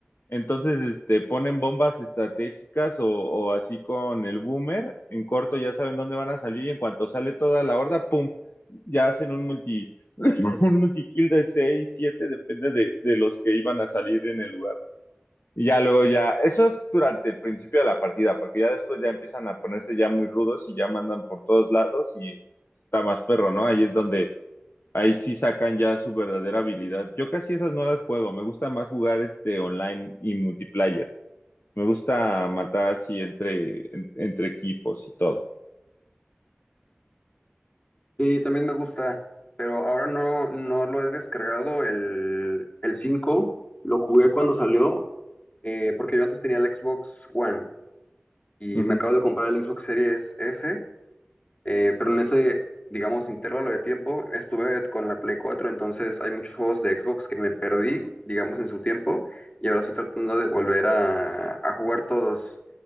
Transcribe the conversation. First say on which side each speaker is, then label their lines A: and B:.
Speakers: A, on the left (about 60°); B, on the left (about 35°).
A: Entonces, este, ponen bombas estratégicas o, o así con el boomer, en corto ya saben dónde van a salir y en cuanto sale toda la horda, ¡pum! Ya hacen un multi, <laughs> un multikill de 6, 7, depende de, de los que iban a salir en el lugar. Y ya luego ya, eso es durante el principio de la partida, porque ya después ya empiezan a ponerse ya muy rudos y ya mandan por todos lados y está más perro, ¿no? Ahí es donde, ahí sí sacan ya su verdadera habilidad. Yo casi esas no las juego, me gusta más jugar este online y multiplayer. Me gusta matar así entre, en- entre equipos y todo.
B: Sí, también me gusta, pero ahora no, no lo he descargado el, el cinco lo jugué cuando salió, eh, porque yo antes tenía el Xbox One y
A: Ujú.
B: me acabo de comprar el Xbox Series S Eh, pero en ese, digamos, intervalo de tiempo estuve con la Play cuatro entonces hay muchos juegos de Xbox que me perdí, digamos, en su tiempo, y ahora estoy tratando de volver a, a jugar todos,